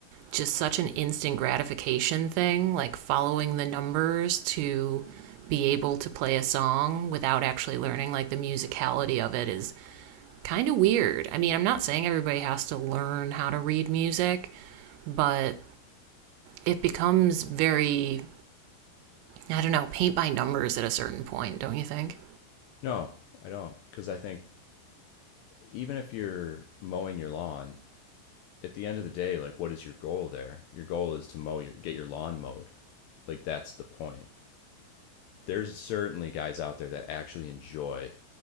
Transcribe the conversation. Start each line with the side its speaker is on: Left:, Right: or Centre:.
Right: just such an instant gratification thing, like following the numbers to be able to play a song without actually learning like the musicality of it is kind of weird. I mean, I'm not saying everybody has to learn how to read music, but it becomes very, I don't know, paint by numbers at a certain point, don't you think?
Left: No, I don't. Because I think even if you're mowing your lawn, at the end of the day, like what is your goal there? Your goal is to mow your, get your lawn mowed. Like that's the point. There's certainly guys out there that actually enjoy